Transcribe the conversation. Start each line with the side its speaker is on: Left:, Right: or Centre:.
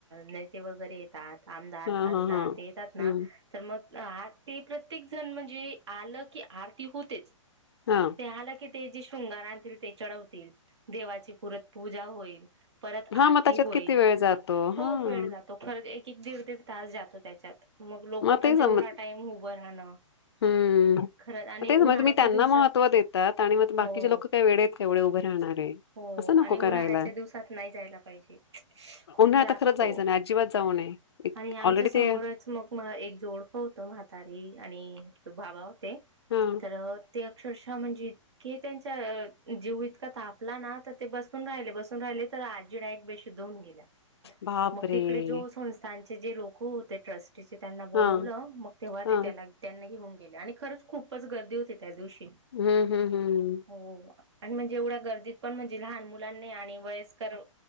Right: नेते वगैरे येतात आमदार
Left: हां,
Right: खासदार
Left: हां, हां.
Right: ते येतात ना
Left: हं,
Right: तर मग ते प्रत्येक जण म्हणजे आलं की आरती होतेच
Left: हां.
Right: ते आलं की ते जे शृंगार आणतील ते चढवतील देवाची पुरत पूजा होईल परत
Left: हां,
Right: आरती
Left: मग त्याच्यात
Right: होईल
Left: किती वेळ जातो.
Right: खूप
Left: हां,
Right: वेळ जातो खरं एक एक दीड दीड तास जातो त्याच्यात मग लोक
Left: ते
Right: पण
Left: सम
Right: तेवढा टाईम उभं राहणं
Left: हं.
Right: खरंच आणि
Left: मग तेच
Right: उन्हाळ्याच्या
Left: म्हणजे तुम्ही त्यांना
Right: दिवसात
Left: महत्त्व देतात आणि मग बाकीचे
Right: हो
Left: लोक काही वेळे आहेत कावढे उभे राहणारे
Right: हो
Left: असं नको
Right: आणि उन्हाळ्याच्या
Left: करायला.
Right: दिवसात नाही जायला पाहिजे खूप
Left: उन्हाळ्यात
Right: त्रास
Left: तर खरंच
Right: होतो
Left: जायचं नाही अजिबात जाऊ नये. इत
Right: आणि आमच्या
Left: ऑलरेडी
Right: समोरच
Left: ते
Right: मग एक जोडफ होत म्हातारी आणि त बाबा होते
Left: हं
Right: तर ते अक्षरश म्हणजे इे त्यांचा जीव इतका तापला ना तर ते बसून राहिले बसून राहि तर आ े दन गे
Left: बापरे!
Right: मग तिकडेो संस्थचे जे लोक होतेट त्यांना बवलं
Left: हां,
Right: मग तेव
Left: हां.
Right: त्या त्यां घेऊ ग आणि खरंच खूपच गर्दी होती त्या दिवशी
Left: हम्म हम्म हम्म हम्
Right: हो आणि म्हणजे एवढ्या गर्दीत पण म्हणजे लहान मुलांनी आणि वयस्कर